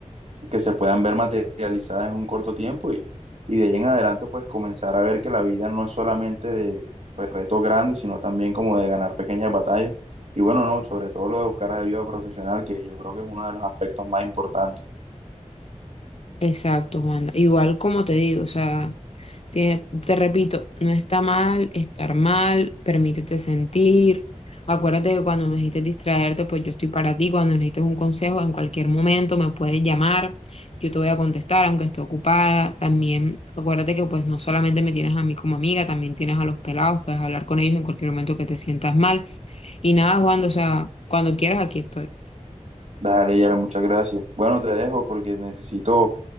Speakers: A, on the right (about 60°); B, on the left (about 55°).
A: que se puedan ver materializadas en un corto tiempo y, y de ahí en adelante pues comenzar a ver que la vida no es solamente de pues, retos grandes, sino también como de ganar pequeñas batallas. Y bueno, no, sobre todo lo de buscar ayuda profesional, que yo creo que es uno de los aspectos más importantes.
B: Exacto, Juan. Igual como te digo, o sea. Tiene- te repito, no está mal estar mal, permítete sentir. Acuérdate que cuando necesites distraerte, pues yo estoy para ti. Cuando necesites un consejo, en cualquier momento me puedes llamar. Yo te voy a contestar, aunque esté ocupada. También acuérdate que pues no solamente me tienes a mí como amiga, también tienes a los pelados. Puedes hablar con ellos en cualquier momento que te sientas mal. Y nada, Juan, o sea, cuando quieras, aquí estoy.
A: Dale, Yara, muchas gracias. Bueno, te dejo porque necesito,